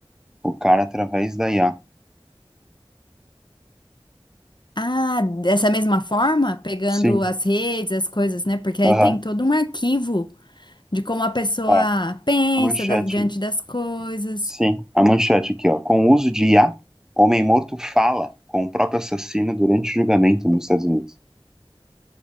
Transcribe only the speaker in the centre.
O cara através da IA.
Sim,
aham.
Ó,
a manchete,
sim, a manchete aqui, ó. Com o uso de IA, homem morto fala com o próprio assassino durante o julgamento nos Estados Unidos.